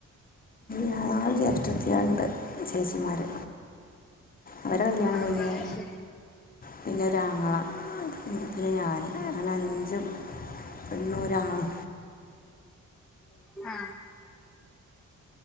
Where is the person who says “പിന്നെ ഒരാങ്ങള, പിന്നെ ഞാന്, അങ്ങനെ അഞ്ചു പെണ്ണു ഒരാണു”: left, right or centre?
Left